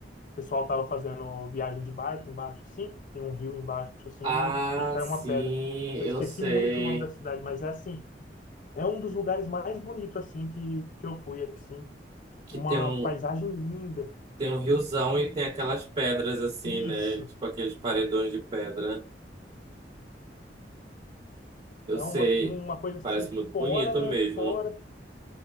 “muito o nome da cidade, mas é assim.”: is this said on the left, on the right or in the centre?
Left